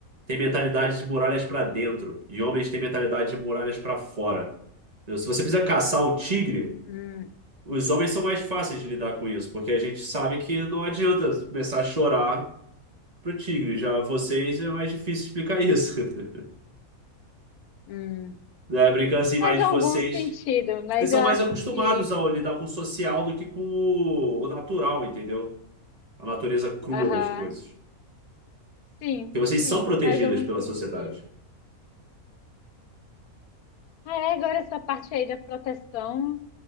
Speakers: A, on the right (about 30°); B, on the left (about 80°).
A: têm mentalidade de muralhas para dentro e homens têm mentalidade de muralhas para fora. Entendeu? Se você precisa caçar um tigre,
B: hum,
A: os homens são mais fáceis de lidar com isso, porque a gente sabe que não adianta começar a chorar pro tigre. Já vocês é mais difícil explicar isso. <laughs>
B: hum.
A: Né? Brincando assim,
B: Faz
A: mas
B: algum
A: vocês
B: sentido, mas
A: Vocês são
B: eu acho
A: mais acostumados
B: que.
A: a lidar com o social do que com o natural, entendeu? A natureza crua
B: Aham.
A: das coisas.
B: Sim,
A: Porque vocês
B: sim,
A: são protegidas
B: faz algum
A: pela
B: sentido.
A: sociedade,
B: Ah, É, agora essa parte aí da proteção